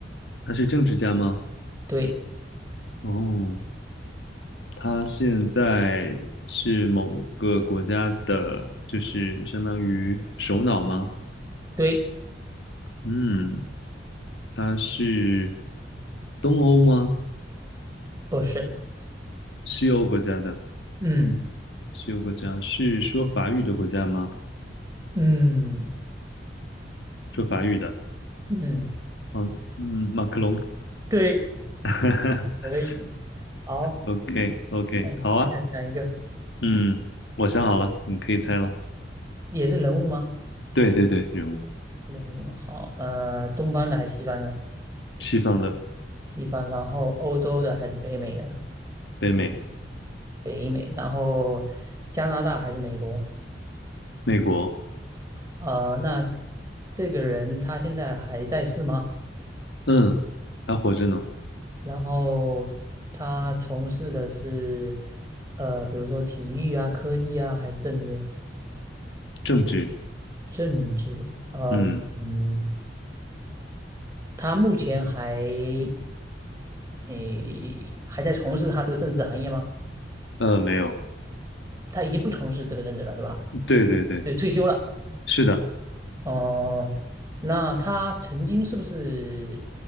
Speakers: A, on the left; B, on the right.
A: 他是政治家吗？
B: 对
A: 哦，他现在是某个国家的，就是相当于首脑吗？
B: 对，
A: 嗯，他是东欧吗？
B: 不是。
A: 西欧国家的，
B: 嗯
A: 西欧国家是说法语的国家吗？
B: 嗯
A: 说法语的，
B: 嗯，
A: 哦，嗯，马克龙
B: 对，
A: <laughs>
B: 可以。好。
A: ，OK OK，
B: 嗯，
A: 好啊，
B: 再讲一个
A: 嗯，我想好了，你可以猜了。
B: 也是人物吗？
A: 对对对，人物，
B: 人物好，呃，东方的还是西方的？
A: 西方的，
B: 西方，然后欧洲的还是北美的？
A: 北美，
B: 北美，然后加拿大还是美国？
A: 美国，
B: 啊、那这个人他现在还在世吗？
A: 嗯，还活着呢。
B: 然后他从事的是呃，比如说体育啊、科技啊，还是政治？
A: 政治，
B: 政治，呃，
A: 嗯，
B: 嗯，他目前还诶还在从事他这个政治行业吗？
A: 呃，没有，
B: 他已经不从事这个任职了，是吧？
A: 对对对，
B: 就退休了。
A: 是的，
B: 哦、那他曾经是不是